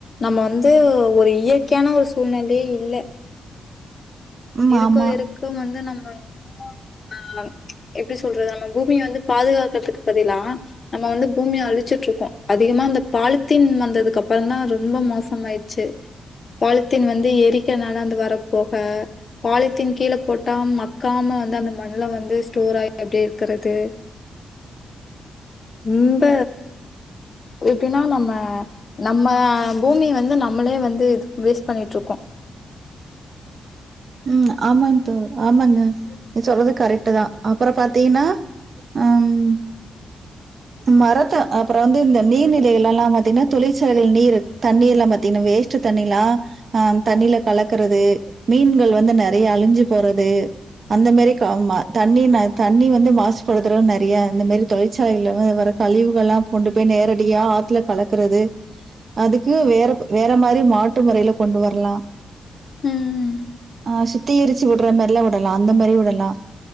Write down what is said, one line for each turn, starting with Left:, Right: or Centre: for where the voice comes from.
Left: நம்ம வந்து ஒரு இயற்கையான ஒரு சூழ்நிலையே இல்ல
Right: ம்
Left: இருக்கோ
Right: ஆமா.
Left: இருக்கு வந்து நம்ம இன்னுமோ ஆ எப்டி சொல்றது நம்ம பூமிய வந்து பாதுகாக்கறதுக்கு பதிலா நம்ம வந்து பூமிய அழுச்சுட்ருக்கோ அதிகமா அந்த பாலித்தீன் வந்ததுக்கு அப்பறந்தா ரொம்ப மோசமாயி ச்சு பாலித்தீன் வந்து எரிக்கறனால அந்த வரப் பொக பாலித்தீன் கீழ போட்டா மக்காம வந்து அந்த மண்ணுல வந்து ஸ்டோர் ஆகி அப்டியே இருக்கறது ரொம்ப எப்டின்னா நம்ம நம்ம பூமிய வந்து நம்மளே வந்து இது வேஸ்ட் பண்ணிட்ருக்கோ
Right: ம் ஆமாங் தோ ஆமாங்க நீ சொல்றது கரெக்ட்டு தா அப்பறோ பாத்தீங்கன்னா ஆ ம் மரத்த அப்பறோ வந்து இந்த நீர்நிலைகள் எல்லா பாத்தீங்கன்னா தொழிற்சலைகள் நீரு தண்ணீர் எல்லா பாத்தீங்கன்னா வேஸ் ட்டு தண்ணிலா அ தண்ணில கலக்கறது மீன்கள் வந்து நெறைய அழுஞ்சு போறது அந்த மாரி கா ஆமா தண்ணினா தண்ணி வந்து மாசுபடுத்துவ நெறைய இந்த மாரி தொழிற்சாலைல வர கழிவுகள்லா கொண்டு போய் நேரடியா ஆத்துல கலக்கறது அதுக்கு வேற வேற மாரி மாற்று முறையில கொண்டு வரலா
Left: ம்.
Right: ஆ சி தீ எருச்சு விட்ற மாரிலா விடலா அந்த மாரி விடலா